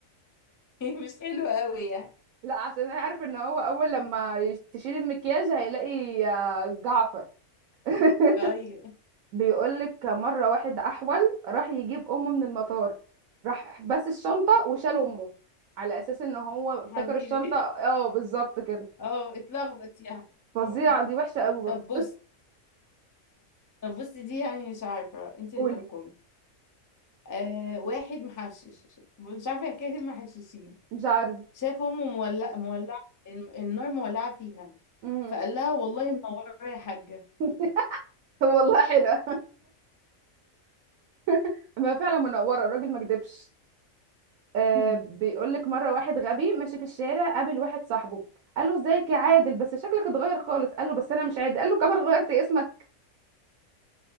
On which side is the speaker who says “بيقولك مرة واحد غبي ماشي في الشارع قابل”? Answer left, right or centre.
Right